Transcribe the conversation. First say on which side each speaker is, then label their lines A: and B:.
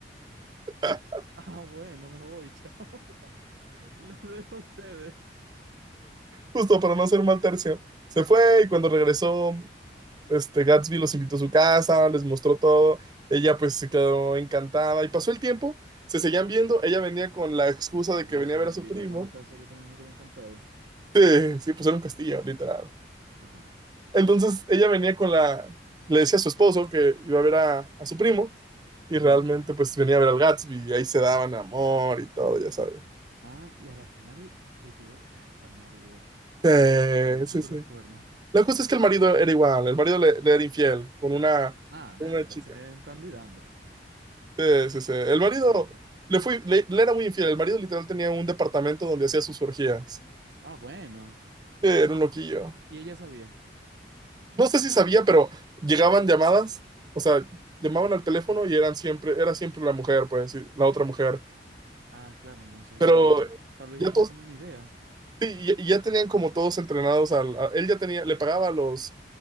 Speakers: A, on the right; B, on the right.
A: <laughs>
B: Ah, bueno, me voy, <laughs> chao. Los dejo a ustedes.
A: Justo para no hacer mal tercio. Se fue y
B: No.
A: cuando regresó, este, Gatsby los invitó a su casa, les mostró todo. Ella pues se quedó encantada y pasó el tiempo, se seguían viendo. Ella venía con la excusa
B: Hasta
A: de
B: yo,
A: que venía
B: si
A: a ver
B: me
A: a su
B: invitas
A: primo.
B: a una casa, yo también me quedo encantado.
A: Sí, sí, pues era un castillo, literal.
B: Ajá.
A: Entonces ella venía con la, le decía a su esposo que iba a ver a, a su primo y
B: Ujú.
A: realmente pues venía a ver al Gatsby y ahí se daban amor y todo, ya sabes.
B: Ah, y a la final le pegó cacho al marido.
A: Sí,
B: Ya le
A: sí,
B: puso
A: sí.
B: los cuernos.
A: La cosa es que el marido
B: Ah,
A: era igual, el marido le, le era infiel con una,
B: ah,
A: con
B: nada,
A: una
B: entonces
A: chica.
B: dando y dando
A: Sí, sí, sí. El marido
B: por perro.
A: le, fue, le, le era muy infiel, el marido literal tenía un departamento donde hacía sus orgías.
B: Ah, bueno.
A: Sí, Era un loquillo.
B: Y ella sabía.
A: No sé si sabía, pero llegaban llamadas, o sea, llamaban al teléfono y eran siempre, era siempre la mujer, pues, sí, la otra mujer.
B: Ah, claro, entonces
A: Pero
B: eso.
A: <laughs>
B: Tal vez
A: ya
B: ya tenía
A: todos,
B: como una idea.
A: sí, ya, ya tenían como todos entrenados al, a- él ya tenía, le pagaba a los,